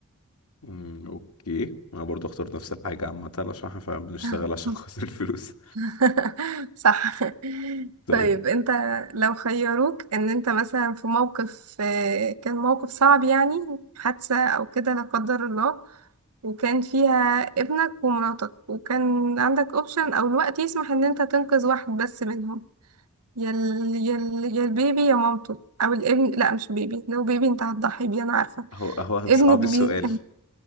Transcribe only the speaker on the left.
امم اوكي انا برضو اختار نفس الحاجة عامة عشان احنا فعلا بنشتغل
عشان <laughs> خاطر الفلوس
طيب
هو هو
صعب السؤال